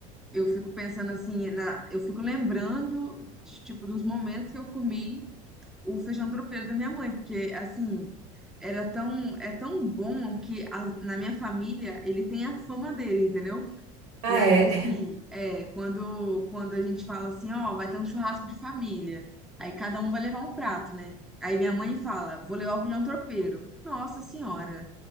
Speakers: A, in the centre; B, on the right.
A: eu fico pensando assim, na- eu fico lembrando de, tipo dos momentos que eu comi o feijão tropeiro da minha mãe, porque assim, era tão é tão bom que a- na minha família ele tem a fama dele, entendeu?
B: Ah,
A: E aí,
B: é.
A: assim,
B: <laughs>
A: é, quando, quando a gente fala assim, ó, vai ter um churrasco de família. Aí cada um vai levar um prato, né? Aí minha mãe fala, vou levar o feijão tropeiro. Nossa senhora,